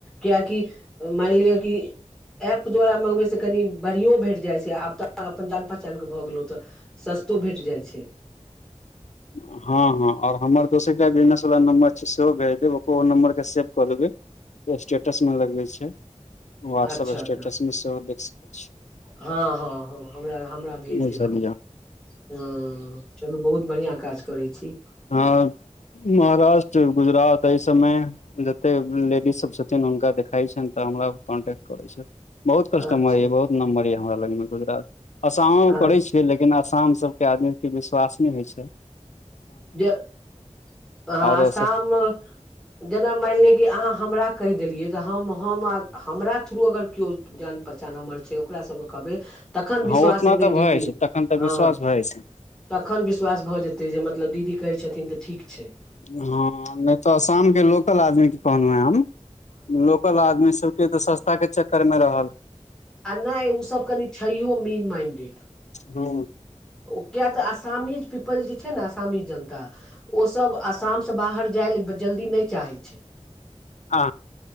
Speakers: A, in the centre; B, on the left (about 75°).
A: किआकि माइन लिअ कि ऐप द्वारा मंगबैतसे कनि बढ़ियो भेट जाइत छै आब तऽ अपन जान पहिचानके भ गेलहु त सस्तो भेट जाय छैय
B: हँ हँ और हमर दोसर बिजनेस वला नम्बर छै सेहो भेज देब ओहो नम्बर के सेव कऽ देेबैय स्टेटस में लगबैत छैय वाट्सप
A: अच्छा अच्छा
B: स्टेटस मे सेहो देख सकैत छी
A: हँ हँ हँ हमरा हमरा भेज
B: बुझलियै
A: दैब कनि हँ चलू बहुत बढ़िया काज करै छी
B: हँ महाराष्ट्र गुजरात एहि सबमें जतेक लेडीज सब छथिन हुनका देखाइत छैनि तऽ हमरा कॉन्टेक्ट करैत छैय बहुत कस्टमर
A: अच्छा
B: ये बहुत नम्बर ये हमरा लगमे गुजरातके अयसैंयो
A: आ
B: करै छी हे लेकिन असम सबकें आदमीके विश्वास नय होइ छैय
A: जे <inaudible> अहां
B: आरो
A: असाम जेना माइन लिअ कि अहाँ हमरा कहिदेलियै त हम हम हमरा थ्रू अगर किओ जान पहचान हमर छैत ओकरासभके कहबै तखन विश्वास
B: हँ उतना
A: हेतैय
B: तऽ
A: जेभि
B: भए छै तखन तऽ
A: हँ
B: विश्वास भए छै
A: तखन विश्वास भऽ जेतैय जे मतलब दीदी कहैत छथिन त ठीक छैय
B: हँ नय तऽ असामकें लोकल आदमीे कहलहुँ हेँ हम लोकल आदमी सबके त सस्ता कें चक्कर में रहल
A: अ नहि ओ सभ कनिक छैयोह मेन माइंडेड
B: हू।
A: किया तऽ असामी पीपल जे छैय नेय असामी जनता ओसब आसामसे बाहर जायलेल जल्दी नहि चाहै छैय
B: आ